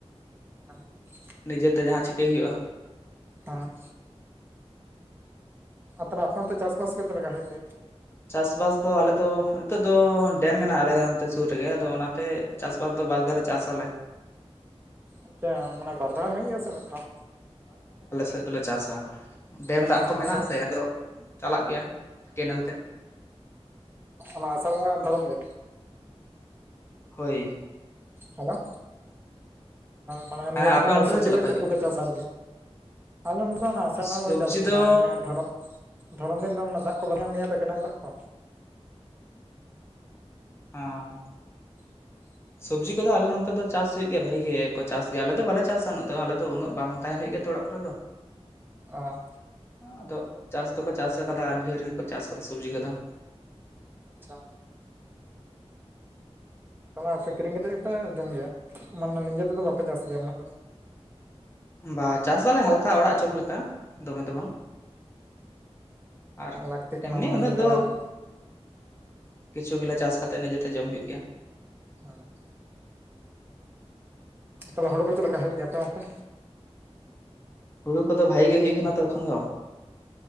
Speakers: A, on the right (about 20°); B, on the left (about 25°).
A: <inaudible>
B: ᱱᱤᱡᱮᱛᱮ ᱡᱟᱦᱟᱸ ᱪᱤᱠᱟᱹᱭ ᱦᱳᱭᱳᱜᱼᱟ᱾
A: ᱦᱮᱸ ᱟᱨ ᱛᱟᱦᱚᱞᱮ ᱟᱯᱮ ᱚᱱᱛᱮ ᱪᱟᱥᱵᱟᱥ ᱠᱚ ᱪᱮᱫ ᱞᱮᱠᱟ ᱦᱳᱭᱳᱜ ᱜᱮᱭᱟ?
B: ᱪᱟᱥᱵᱟᱥ ᱫᱚ ᱟᱞᱮᱫ ᱫᱚ ᱦᱤᱛᱚᱜ ᱫᱚ ᱰᱮᱢ ᱢᱮᱱᱟᱜ ᱟᱞᱮ ᱚᱱᱛᱮ ᱛᱩᱨ ᱨᱮᱜᱮ ᱟᱫᱚ ᱚᱱᱟᱛᱮ ᱪᱟᱥᱵᱟᱥ ᱫᱚ ᱵᱟᱨ ᱫᱷᱟᱞᱮ ᱪᱟᱥ ᱟᱞᱮ᱾
A: ᱟᱪᱪᱷᱟ ᱢᱟᱱᱮ ᱵᱟᱨ ᱫᱷᱟᱣ ᱦᱳᱭᱳᱜ ᱜᱮᱭᱟ ᱥᱮ ᱢᱤᱫ ᱫᱷᱟᱣ
B: ᱛᱮᱫ ᱫᱚᱞᱮ ᱪᱟᱥᱟ ᱰᱮᱢ
A: ᱛᱟᱦᱚᱞᱮ
B: ᱫᱟᱜ
A: ᱚᱱᱟ
B: ᱠᱚ ᱢᱮᱱᱟᱜ
A: ᱟᱥᱟᱲ
B: ᱟᱥᱮ ᱟᱫᱚ ᱪᱟᱞᱟᱜ ᱜᱮᱭᱟ ᱠᱮᱱᱮᱞ ᱛᱮ
A: ᱚᱱᱟ ᱟᱥᱟᱲ ᱵᱚᱸᱜᱟ ᱫᱷᱚᱨᱚᱢ ᱨᱮ
B: ᱦᱳᱭ
A: ᱦᱮᱞᱳ ᱢᱟᱱᱮ
B: ᱦᱮᱸ
A: ᱱᱤᱭᱟᱹ ᱛᱟᱦᱚᱞᱮ
B: ᱟᱯᱮ ᱚᱱᱛᱮ
A: ᱥᱚᱵᱽᱡᱤ
B: ᱫᱚ ᱞᱮᱠᱟ
A: ᱠᱚ ᱪᱮᱫ
B: ᱦᱩᱭᱩᱜᱼᱟ
A: ᱠᱚᱯᱮ ᱪᱟᱥ ᱟᱜ ᱟᱞᱚᱢ ᱚᱱᱟᱥ
B: ᱥᱚᱵᱡᱤ
A: ᱞᱮ ᱪᱟᱥ ᱜᱮᱭᱟ
B: ᱫᱚ
A: ᱱᱤᱭᱟᱹ ᱫᱷᱚᱢ ᱫᱷᱚᱨᱚᱢ ᱫᱤᱱ ᱫᱚ ᱢᱟᱱ ᱫᱟᱜ ᱠᱚᱞ ᱧᱟᱢ ᱜᱮᱭᱟ ᱠᱮᱱᱮᱞ ᱫᱟᱜ ᱠᱚ
B: ᱚᱧ
A: <inaudible>
B: ᱥᱚᱵᱽᱡᱤ ᱠᱚᱫᱚ ᱟᱞᱮ ᱱᱚᱱᱛᱮ ᱫᱚ ᱪᱟᱥ ᱦᱳᱭᱳᱜ ᱜᱮᱭᱟ ᱵᱷᱟᱜᱮ ᱜᱮ ᱠᱚ ᱪᱟᱥ ᱜᱮᱭᱟ ᱟᱞᱮ ᱫᱚ ᱵᱟᱞᱮ ᱪᱟᱥᱟ ᱩᱱᱟᱹᱜ ᱫᱚ ᱟᱞᱮ ᱫᱚ ᱩᱱᱟᱹᱜ ᱵᱟᱝ ᱛᱟᱦᱮᱱ ᱦᱳᱭᱳᱜ ᱜᱤᱭᱟ ᱛᱚᱲ ᱚᱲᱟᱜ ᱠᱚᱨᱮ ᱫᱚ
A: ᱚ
B: ᱟᱫᱚ ᱪᱟᱥ ᱫᱚᱠᱚ ᱪᱟᱥ ᱟᱠᱟᱫᱟ ᱟᱹᱰᱤ ᱰᱷᱮᱨ ᱜᱮᱠᱚ ᱪᱟᱥ ᱠᱟᱫᱟ ᱥᱚᱵᱽᱡᱤ ᱠᱚᱫᱚ
A: ᱟᱪᱷᱟ ᱪᱟᱞᱟᱜ ᱟ ᱥᱮ ᱠᱤᱨᱤᱧ ᱠᱟᱛᱮᱫ ᱜᱮᱯᱮ ᱡᱚᱢ ᱜᱮᱭᱟ ᱢᱟᱱᱮ ᱱᱤᱡᱮ ᱛᱮᱫᱚ ᱵᱟᱯᱮ ᱪᱟᱥ ᱜᱮᱭᱟ ᱩᱱᱟᱹᱜ ᱫᱚ
B: ᱵᱟ ᱪᱟᱥ ᱫᱟᱞᱮ ᱦᱟᱞᱠᱟ ᱚᱲᱟᱜ ᱡᱚᱢ ᱞᱮᱠᱟ ᱫᱚᱢᱮ ᱫᱚ ᱵᱟᱝ ᱟᱨ
A: ᱚ ᱞᱟᱹᱠᱛᱤ ᱠᱟᱱᱟ
B: ᱮᱢᱱᱤ
A: ᱢᱟᱱᱮ
B: ᱩᱱᱟᱹᱜ
A: ᱱᱤᱡᱮᱨᱟᱜ
B: ᱫᱚ ᱟᱣ ᱠᱤᱡ ᱠᱤᱪᱷᱩ ᱜᱤᱞᱟ ᱪᱟᱥ ᱠᱟᱛᱮᱜ ᱡᱚᱛᱚ ᱡᱚᱢ ᱦᱩᱭᱩᱜ ᱜᱮᱭᱟ
A: ᱦᱮᱸ ᱛᱟᱦᱞᱮ ᱦᱚᱲ ᱠᱚ ᱪᱮᱫ ᱞᱮᱠᱟ ᱦᱩᱭᱩᱜ ᱜᱮᱭᱟ ᱟᱯᱮ ᱚᱱᱛᱮ?
B: ᱦᱩᱲᱩ ᱠᱚᱫᱚ ᱵᱷᱟᱜᱤ ᱜᱮ ᱦᱩᱭ ᱠᱟᱱᱟ ᱛᱚᱠᱷᱚᱱ ᱫᱚ